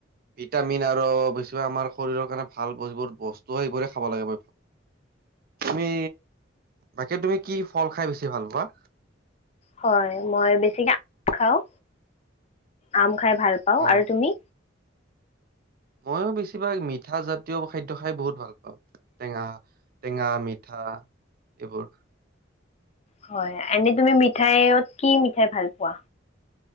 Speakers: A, on the right (about 50°); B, on the left (about 35°).
A: ভিটামিন আৰু বেছিভাগ আমাৰ শৰীৰৰ কাৰণে ভাল যিবোৰ বস্তু হয় সেইবোৰে খাব লাগে তুমি, বাকী তুমি কি ফল খাই বেছি ভাল পোৱা?
B: হয় মই বেছিকে <inaudible> খাওঁ আম খাই ভাল পাওঁ
A: অ',
B: আৰু তুমি?
A: ময়ো বেছিভাগ মিঠা জাতীয় খাদ্য খাই বহুত ভাল পাওঁ। টেঙা, টেঙা মিঠা এইবোৰ।
B: হয় এনে তুমি মিঠাইত কি মিঠাই ভাল পোৱা?